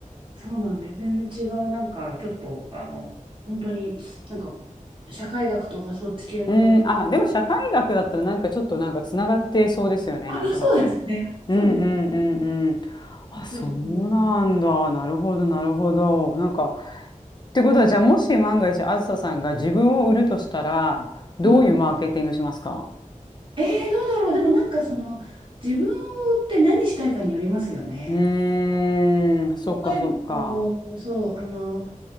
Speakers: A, on the right; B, on the left.
A: そうなんです。全然違う、なんか、ちょっと、あの、本当に、なんか、社会学とかそっち系の学部。
B: うん、あ、でも社会学だったらなんかちょっとなんかつながってそうですよね、
A: <laughs> あ、
B: なんとなく。
A: まあ、そうですね。
B: うんうんうんうん。
A: そうです。
B: あ、
A: おっしゃる通りです。
B: そうなんだ。なるほど、なるほど。なんか、ってことは、じゃあもし万が一、あずささんが自分を売るとしたら、どういうマーケティングしますか
A: うん。えー、どうだろう。でもなんか、その、自分って何したいかによりますよね。
B: うーん、そっかそっか。
A: 例えば、こう、そう、あの、